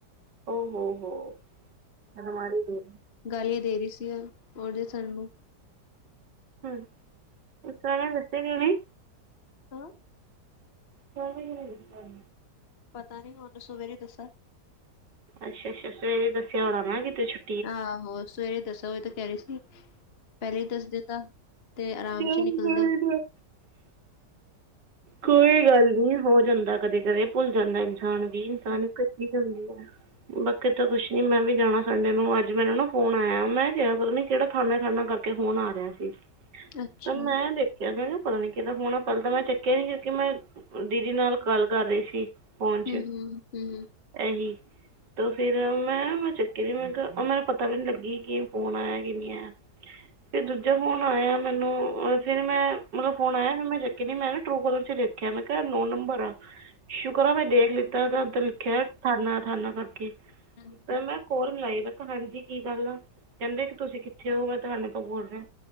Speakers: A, on the right; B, on the left.
A: ਓ ਹੋ ਹੋ ਮੈਂ ਤੇ ਮੱਰ ਹੀ ਗਈ।
B: ਗਾਲੀਆਂ ਦੇ ਰੀ ਸੀ ਓ ਤੇ ਸਾਨੂੰ।
A: ਹਮ ਓ ਸਾਰਾ ਦੱਸੇ ਕਿਉ ਨੀ
B: ਹਾਂ
A: ਬਾਈਨਲੀ ਕਿੰਨੇ ਦੱਸਿਆ?
B: ਪਤਾ ਨੀ ਮੈਂ ਉਨੂੰ ਸਵੇਰੇ ਦੱਸਾਂ।
A: ਅੱਛਾ-ਅੱਛਾ ਸਵੇਰੇ ਦੱਸਿਆ ਹੋਣਾ ਨਾ ਕਿਤੇ ਛੂੱਟ
B: ਆਹੋ ਸਵੇਰੇ ਦੱਸਾਂ ਓ ਤੋਂ ਕਹਿ ਰੀ ਸੀ। ਪਹਿਲੇ ਹੀ ਦੱਸਦੇ ਤ ਤੇ ਆਰਾਮ
A: ਅੱਛਾ
B: ਚ ਨਿਕਲਦੇ
A: ਕੋਈ
B: ਹਮ
A: ਗੱਲ ਨੀ ਹੋ ਜਾਂਦਾ ਕਦੇ-ਕਦੇ ਪੁੱਲ ਜਾਂਦਾ ਇਨਸਾਨ ਵੀ ਇਨਸਾਨ ਇਕੀ ਜਾਂਦੀ ਏ ਬਾਕੀ ਤਾਂ ਕੁਛ ਨੀ ਮੈਂ ਵੀ ਜਾਣਾ ਸੰਡੇ ਨੂੰ ਅੱਜ ਮੈਨੂੰ ਨਾ ਫੋਨ ਆਇਆ ਮੈਂ ਗਿਆ ਪਤਾ ਨੀ ਕਿਹੜਾ ਥਾਨਾ ਥਾਨਾ ਕਰ ਕੇ ਫੋਨ ਆ ਰਿਹਾ ਸੀ
B: ਅੱਛਾ
A: ਤਾਂ ਮੈਂ ਦੇਖ ਕਹਿੰਦੇ ਮੈਂ ਪਤਾ ਨੀ ਕਿਦਾ ਫੋਨ ਆ ਪਲੇ ਤਾਂ ਮੈਂ ਚੱਕਿਆ ਨੀ ਕਿਉਂਕਿ ਮੈਂ ਦੀਦੀ ਨਾਲ ਕਾਲ ਕਰ ਰਹੀ ਸੀ। ਫੋਨ ਚ
B: ਹਮ ਹਮ ਹਮ
A: ਐਹੀ ਤੇ ਫੇਿਰ ਮੈਂ ਮੈਂ ਚੱਕੀ ਮੈਂ ਮੈਨੂੰ ਪਤਾ ਵੀ ਨੀ ਲੱਗੀ ਕਿ ਫੋਨ ਆਇਆ ਕਿ ਨੀ ਆਇਆ। ਫਿਰ ਦੂਜਾ ਫੋਨ ਆਇਆ ਮੈਨੂੰ ਫਿਰ ਮੈਂ ਮਤਲਬ ਫੋਨ ਆਇਆ ਮੈਂ ਚੱਕਿਆ ਨ ਮੈਂ ਨਾ ਟੂ ਕੋਲਰ ਚ ਦੇਖਿਆ ਕਿਆ ਮੈਂ ਕੇਹਾ ਨੋ ਨੰਬਰ ਆ। ਸ਼ੁਕਰ ਆ ਮੈਂ ਦੇਖ ਲਿੱਤਾ ਉੱਧਰ ਲਿਖਿਆ ਠਾਨਾ ਅਠਾਨਾ ਕਰਕੇ
B: ਹਮ
A: ਤੇ ਮੈਂ ਕੋਰ ਮਿਲਾਈ ਮੈਂ ਕਿਹਾ ਹਾਂਜੀ ਕੀ ਗੱਲ ਆ ਕਹਿੰਦੇ ਕਿ ਤੁਸੀਂ ਕਿੱਥੇ ਹੋ ਮੈਂ ਤੁਹਾਨੂੰ ਬੋਲ ਰਿਹਾ